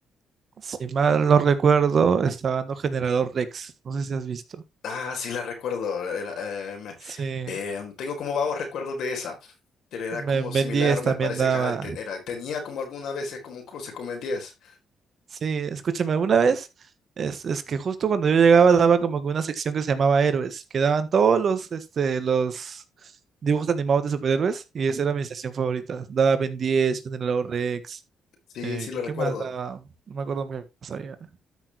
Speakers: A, on the right (about 50°); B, on the left (about 75°).
A: si mal no recuerdo, estaba dando Generador Rex, no sé si has visto.
B: Ah, sí la recuerdo. era, eh, me-
A: Sí,
B: eh, tengo como vagos recuerdos de esa. pero Era
A: Ben
B: como similar,
A: Ben 10 también
B: me parece
A: daba.
B: que ajá, te- era- tenía como algunas veces como un cruce con Ben 10.
A: Sí, escúchame, una vez es, es que justo cuando yo llegaba daba como que una sección que se llamaba Héroes, que daban todos los, este, los dibujos animados de superhéroes y esa era mi sección favorita. Daba Ben 10, Generador Rex,
B: Sí,
A: eh,
B: sí lo recuerdo.
A: ¿qué más daba? No me acuerdo muy bien qué más había.